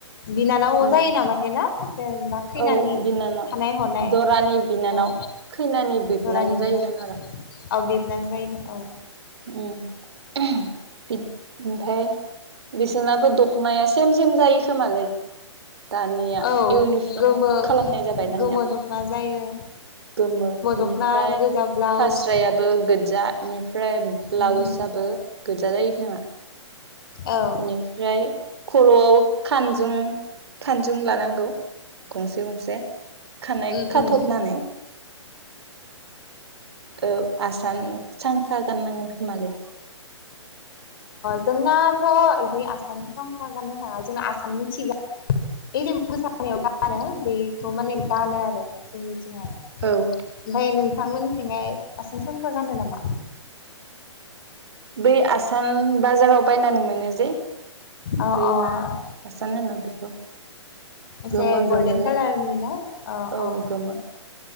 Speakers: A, on the left; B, on the right.
A: बिनानाव
B: उम
A: जायो नामाथाय ना जेनबा खैनि
B: औ बिनानाव
A: खानाय हनाय
B: दरानि बिनानाव
A: औ
B: खैनानि बिबोनां
A: दरानि
B: जाहैगोन
A: दिन
B: आरो
A: औ बिबोनां जाहैगोन औ
B: ओमफ्राय बिसनाबो दख'नाया सेम सेम जायो खोमालाय दानिया
A: औ
B: इउनिफर्म
A: गोमो
B: खालामनाय जाबाय दानिया
A: गोमो दख'ना जायो
B: गोमो बेनिफ्राय
A: दख'ना गोजा ब्लाउस
B: फास्रायाबो गोजानिफ्राय ओमफ्राय ब्लाउसआबो
A: उम उम
B: गोजा जायो खोमा
A: औ
B: बेनिफ्राय खर'आवबो खानजुं खानजुं लानांगौ गंसे गंसे खानाय
A: ओ
B: खाथबनानै
A: ओ
B: औ आसान सांखा गाननांगोन खोमालाय
A: जोंनाथ' बिदि आसामनि थांखा गाननो थाङा जोंना आसामनि थिग बे जों मोसानायाव गानो बेखौ माने गानो आरो जोंनिथिंहाय
B: औ
A: ओमफ्राय नोंथांमोननिथिहाय आसान सानखा गानो नामा
B: बै आसान बाजाराव बायनानै मोनो जे
A: अ
B: बै
A: अ
B: मा हासान होनो बेखौ
A: एसे
B: गोमो
A: गल्डेन
B: गोमो जे
A: कालारनि ना अ
B: औ
A: अ
B: गोमो